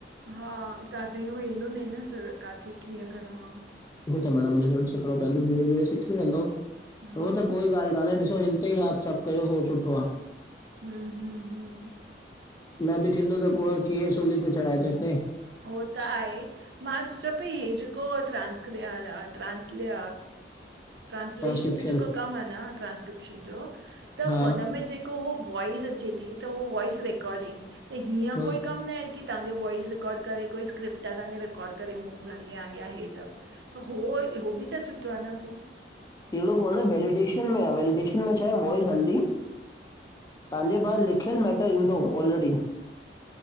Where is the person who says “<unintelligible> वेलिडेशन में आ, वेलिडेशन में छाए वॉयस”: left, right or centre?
Left